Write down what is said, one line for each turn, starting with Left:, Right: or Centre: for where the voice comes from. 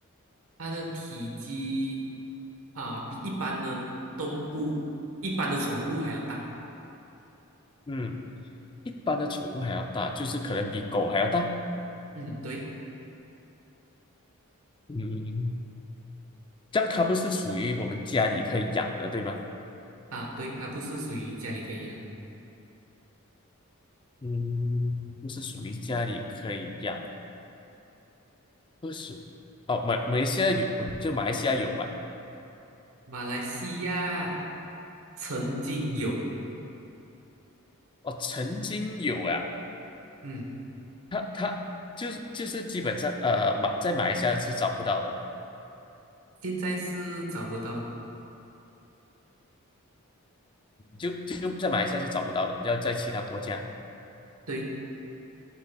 Right: 它的体积啊、比一般的动物、一般的宠物还要大。
Left: 嗯，一般的宠物还要大，就是可能比狗还要大，
Right: 嗯，对
Left: 嗯，这样它不是属于我们家里可以养的，对吧？
Right: 啊，对，它不是属于家里可以养的。
Left: 嗯，不是属于家里可以养。不属于哦，马马来西亚有，就马来西亚有吧？
Right: 马来西亚曾经有，
Left: 嗯哼，哦，曾经有啊，
Right: 嗯，
Left: 它它就是就是基本上呃马在马来西亚是找不到的，
Right: 现在是找不到的。
Left: 就就在马来西亚是找不到的，要在其他国家，
Right: 对，